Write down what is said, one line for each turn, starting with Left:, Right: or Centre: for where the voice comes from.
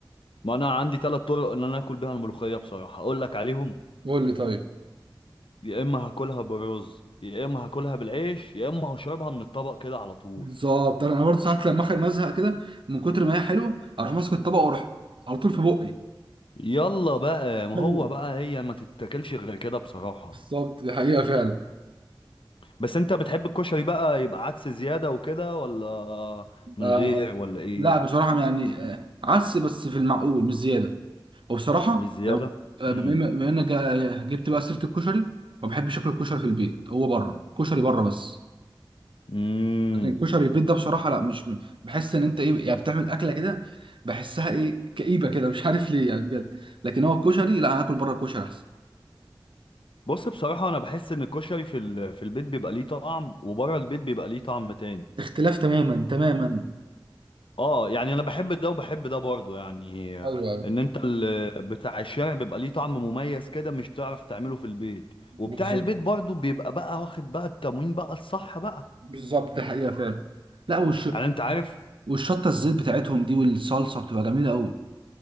Left: ما انا عندي ثلاث طرق ان انا اكل بيها الملوخية بصراحة اقول لك عليهم
Right: قول لي طيب
Left: يا اما هاكلها بالرز يا اما هاكلها بالعيش يا اما هشربها من الطبق كده على طول
Right: بالظبط انا برضه ساعات لما اخر مزهق كده من كتر ما هي حلوه اروح ماسك الطبق واروح على طول في بقي
Left: يلا بقى ما هو
Right: ايوه
Left: بقى هي ما تتاكلش غير كده بصراحة
Right: بالظبط دي حقيقه فعلا
Left: بس انت بتحب الكشري بقى يبقى عدس زيادة وكده ولا من
Right: آه
Left: غير ولا ايه
Right: لا بصراحه يعني آه عدس بس في المعقول مش زياده وبصراحه
Left: مش زيادة
Right: لو آه، بما
Left: امم
Right: إن- بما انك جا- جبت بقى سيره الكشري ما بحبش اكل الكشري في البيت هو بره كشري بره بس
Left: امم
Right: لكن الكشري البيت ده بصراحه لا مش م- بحس ان انت ايه يعني بتعمل اكله كده بحسها ايه كئيبه كده مش عارف ليه يعني بجد لكن هو الكشري لا انا اكل بره الكشري احسن
Left: بص بصراحة انا بحس ان الكشري في ال... في البيت بيبقى ليه طعم وبره البيت بيبقى ليه طعم تاني
Right: اختلاف تماما تماما
Left: اه يعني انا بحب ده وبحب ده برضه يعني
Right: ايوه ايوه
Left: ان انت ال... بتاع الشارع بيبقى ليه طعم مميز كده مش تعرف تعمله في البيت وبتاع
Right: بالظبط
Left: البيت برضه بيبقى بقى واخد بقى التموين بقى الصح بقى
Right: بالظبط دي حقيقة فعلا لا والش...
Left: يعني انت عارف
Right: والشطة الزيت بتاعتهم دي والصلصة بتبقى جميلة قوي